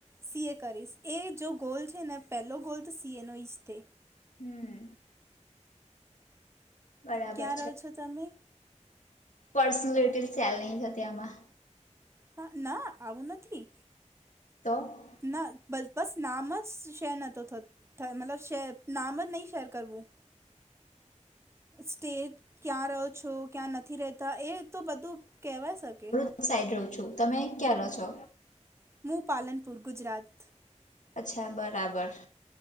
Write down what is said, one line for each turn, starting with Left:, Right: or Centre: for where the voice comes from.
Right: સી એ કરીશ એ જો ગોલ છે ને પહેલો ગોલ તો સીએનો જ થ.
Left: હમ. બરાબર
Right: ક્યાં રહો છો તમે?
Left: પર્સનલિટી ચેલ નહી હતી આમાં.
Right: હા ના આવું નથી.
Left: તો
Right: ના બસ બસ નામ જ શે નતો થતો થ મતલબ શેર નામ જ નહી શેર કરવું સ્ટેજ ક્યાં રહો છો ક્યાં નથી રહેતા એ તો બધું કહેવાય શકે.
Left: હું સાઈડ રહું છું તમે ક્યારે છો?
Right: મુું પાલનપુર ગુજરાત.
Left: અચ્છા બરાબર.